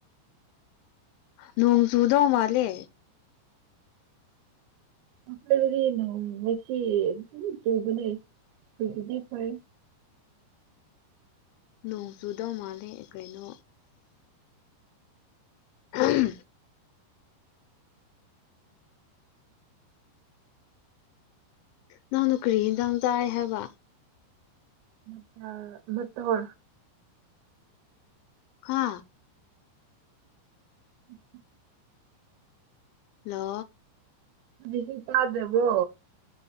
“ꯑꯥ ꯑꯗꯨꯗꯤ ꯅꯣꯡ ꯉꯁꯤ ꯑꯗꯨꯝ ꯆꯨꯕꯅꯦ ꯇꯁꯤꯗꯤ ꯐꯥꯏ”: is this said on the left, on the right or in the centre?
Right